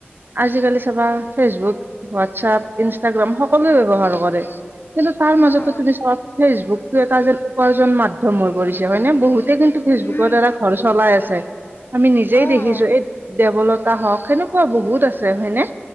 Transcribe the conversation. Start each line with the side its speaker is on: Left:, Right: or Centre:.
Right: আজিকালি চাবা ফেচবুক, হোৱাটছপ, ইনষ্টাগ্ৰাম, সকলোৱে ব্যৱহাৰ কৰে। কিন্তু তাৰ মাজতো
Left: অ',
Right: তুমি চোৱা ফেচবুকতটো এটা যে উপাৰ্জন মাধ্যম হৈ পৰিছে হয়নে। বহুত কিন্তু ফেচবুকৰ
Left: উম,
Right: দ্বাৰা ঘৰ চলাই আছে। আমি নিজেই
Left: অ',
Right: দেখিছো। এই দেৱলত তাহক। সেনেকুৱা বহুত আছে হয়নে!